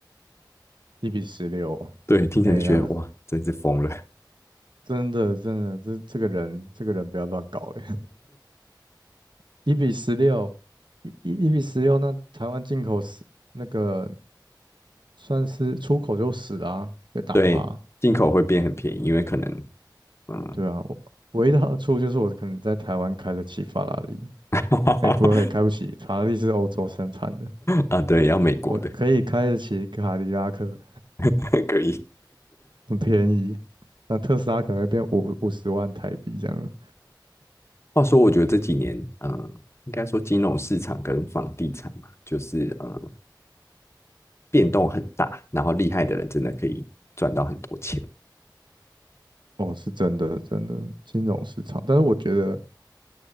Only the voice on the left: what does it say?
对，听起来就觉得哇，
真是疯了。
对，进口会变很便宜，因为可能嗯
<laughs>
啊对，要美国的
<laughs> 可以。
话说，我觉得这几年，呃，应该说金融市场跟房地产嘛，就是呃变动很大，然后厉害的人真的可以赚到很多钱。